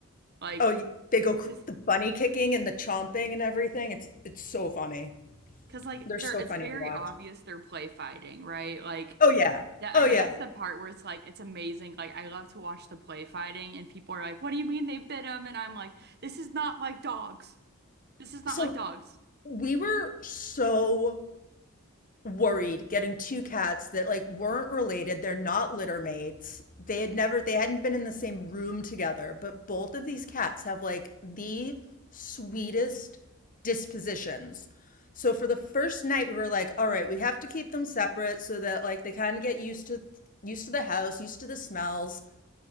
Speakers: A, on the right; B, on the left.
A: Like,
B: Oh, y- they go cr
A: cause
B: the bunny kicking and the chomping and everything. It's it's so funny.
A: cause like
B: They're
A: they're
B: so
A: it's
B: funny
A: very
B: to watch.
A: obvious they're play fighting, right? Like
B: Oh yeah.
A: that
B: Oh
A: I know
B: yeah.
A: that's the part where it's like it's amazing. Like I love to watch the play fighting and people are like, What do you mean they bit him? And I'm like, This is not like dogs. This is not
B: So
A: like dogs.
B: we were so worried getting two cats that like weren't related. They're not litter mates. They had never they hadn't been in the same room together, but both of these cats have like the sweetest dispositions. So for the first night we were like, all right, we have to keep them separate so that like they kind of get used to used to the house, used to the smells.